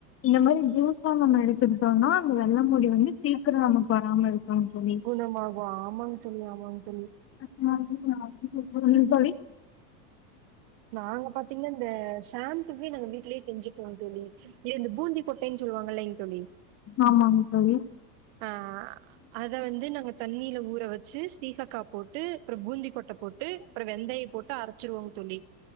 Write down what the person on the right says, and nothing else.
குணமாகு ஆமாங் தோழி ஆமாங்தோழி
நாங்க பாத்தீங்கனா இந்த ஷாம்புவே நாங்க வீட்லயே செஞ்சுப்போ தோழி ஏ இந்த பூந்தி கொட்டனு சொல்லுவாங்கல்லைங்க தோழி
ஆ அத வந்து நாங்க தண்ணில ஊற வச்சு சீஹக்கா போட் டு அப்றோ பூந்திக்கொட்ட போட்டு அப்றோ வெந்தயோ போட்டு அரச்சுருவோ தோழி